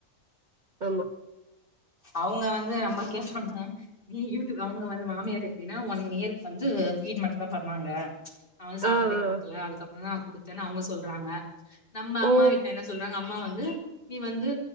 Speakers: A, on the right; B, on the left.
A: ஆமா
B: அவ்ங்க வந்து நமக்கே சொன்னே நீ யூத்து அவ்ங்க வந்து மாமியார் எப்டினா ஒன் இயருக் வந்து ஃபீடு மட்டுந்தா பண்ணாங்க அவனுக் சாப்பாடே
A: ஆ ஆ
B: குடுக்கல அதுக்கப்புறந்தா குடுத்தேன் அவ்ங்க சொல்றாங்க நம்ம அம்மா
A: ஓ
B: வீட்ல என்ன சொல்றாங்க அம்மா வந்து நீ வந்து